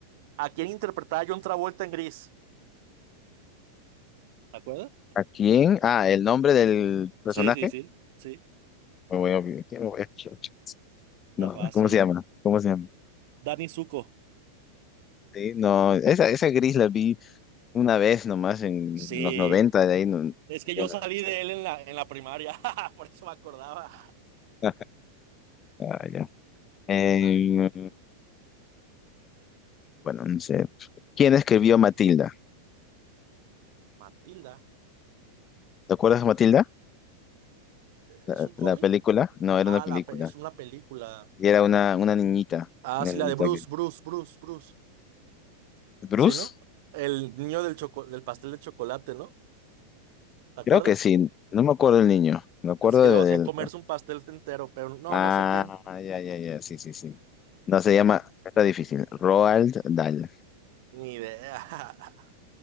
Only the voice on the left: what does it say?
¿A quién? Ah, el nombre del personaje.
Me voy a olvidar, ¿qué me voy a- <laughs>
No,
no, ¿cómo se llama? ¿Cómo se llama?
Sí, no, esa, esa gris la vi. Una vez nomás en
los 90 de ahí no,
ya
no
la viste.
<laughs> Ah, ya. Eh,
bueno, no sé. ¿Quién escribió Matilda?
¿Te acuerdas de Matilda? ¿La,
la película? No, era
una película.
Y era una, una niñita.
Una
niñita
que...
¿Bruce?
Creo que sí. No me acuerdo del niño. Me acuerdo
de,
del...
Ah,
ya, ya, ya. Sí, sí, sí. No, se llama... Está difícil. Roald Dahl.